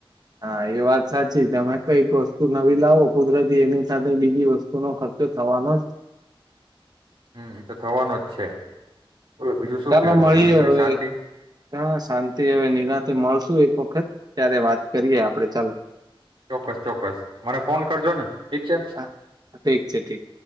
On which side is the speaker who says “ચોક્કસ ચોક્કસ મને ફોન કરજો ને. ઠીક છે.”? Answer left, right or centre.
Right